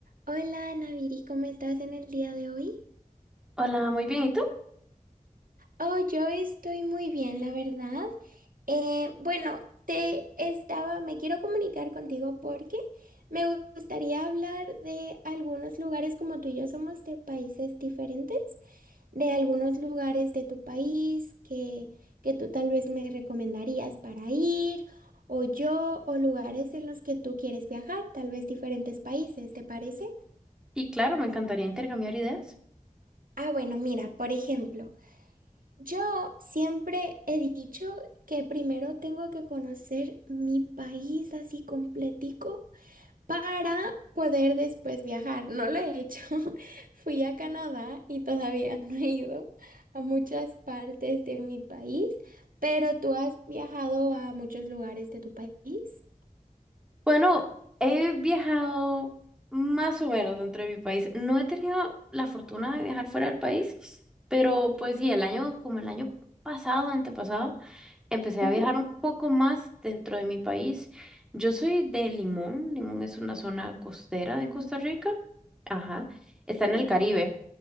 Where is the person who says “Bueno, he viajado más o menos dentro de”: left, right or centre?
Centre